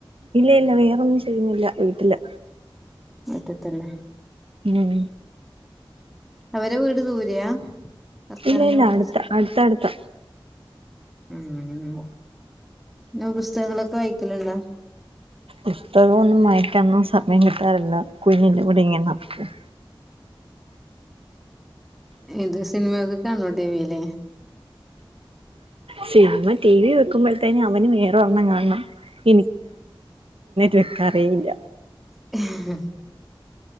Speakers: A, on the right; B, in the centre.
A: ഇല്ലേ. ഇല്ല വേറൊന്നും ചെയ്യുന്നില്ല വീട്ടില്.
B: മിറ്റത്തല്ലെ
A: ഉം
B: അവരെ വീട് ദൂരയാ ഭർത്താവിന്റെ
A: ഇല്ല ഇല്ല
B: വീട്?
A: അടുത്ത അടുത്തടുത്ത
B: ഉം ന പുസ്തകങ്ങളൊക്കെ വായിക്കലുണ്ടോ?
A: ഇഷതതൊന്നും വായിക്കന്നും സമയം കിട്ടാറില്ല കുഞ്ഞിന്റെ കൂടി ഇങ്ങനെ നടക്ക
B: ഇത് സിനിമക്കെ കാണോ ടിവിൽ
A: സിനിമ ടിവി വെക്കുമ്പോഴതെക്കും അവനും വേറെ വണ്ണം കാണണം <unintelligible> വക്കാ അറിയില്ല
B: <inaudible>